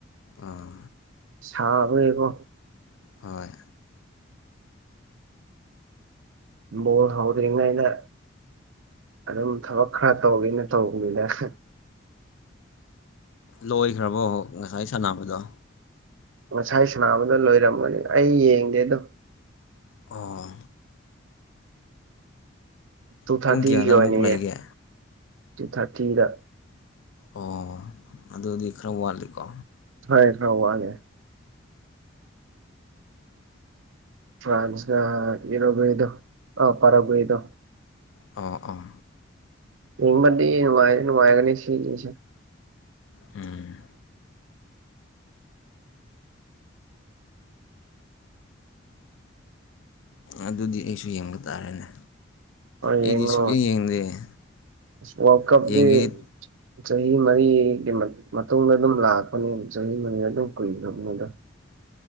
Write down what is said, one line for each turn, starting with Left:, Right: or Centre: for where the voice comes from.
Left: ꯑꯥ
Right: ꯁꯥꯕꯌꯦꯀꯣ
Left: ꯍꯣꯏ
Right: ꯃꯣꯜ ꯍꯧꯗ꯭ꯔꯤꯉꯩ ꯑꯩꯅ ꯑꯗꯨꯝ ꯊꯕꯛ ꯈꯔ ꯇꯧꯒꯦꯅ ꯇꯧꯕꯗꯨꯗꯁ
Left: ꯂꯣꯏꯈ꯭ꯔꯕꯣ ꯉꯁꯥꯏ ꯁꯥꯟꯅꯕꯗꯣ
Right: ꯉꯁꯥꯏ ꯁꯅꯕꯗꯣ ꯂꯣꯏꯔꯝꯒꯅꯤ ꯑꯩ ꯌꯦꯡꯗꯦꯗꯣ
Left: ꯑꯣ
Right: ꯇꯨ
Left: ꯄꯨꯡ
Right: ꯊꯥꯔꯇꯤꯒꯤ
Left: ꯀꯌꯥꯗ
Right: ꯑꯣꯏꯅꯌꯦ
Left: ꯑꯃꯨꯛ ꯂꯩꯒꯦ
Right: ꯇꯨ ꯊꯥꯔꯇꯤꯗ
Left: ꯑꯣ ꯑꯗꯨꯗꯤ ꯈꯔ ꯋꯥꯠꯂꯤꯀꯣ
Right: ꯐꯣꯏ ꯊꯥꯎ ꯋꯥꯦ ꯐ꯭ꯔꯥꯟꯁ ꯉ ꯌꯅꯣꯕꯨꯗꯣ ꯑ ꯄꯔꯥꯕ ꯑꯣꯏꯗꯣ
Left: ꯑꯣ ꯑꯥ
Right: ꯏꯃꯗꯤ ꯋꯥꯒꯅꯦ ꯁꯤꯁ
Left: ꯎꯝ ꯑꯗꯨꯗꯤ ꯑꯩꯁꯨ ꯌꯦꯡꯕ ꯇꯥꯔꯦꯅꯦ
Right: ꯑ
Left: ꯑꯩꯗꯤ
Right: ꯌꯦꯡꯅꯣ
Left: ꯁꯨꯛꯌꯦꯡ ꯌꯦꯡꯗꯦ
Right: ꯋꯥꯔꯜ ꯀꯞꯗꯤ
Left: ꯌꯦꯡꯒꯦꯗꯤ
Right: ꯆꯍꯤ ꯃꯔꯤꯒꯤ ꯃꯇꯨꯡꯗ ꯑꯗꯨꯝ ꯂꯥꯛꯄꯅꯤ ꯆꯍꯤ ꯃꯔꯤꯗ ꯑꯗꯨꯝ ꯀꯨꯏꯈ꯭ꯔꯕꯅꯦ ꯑꯗꯣ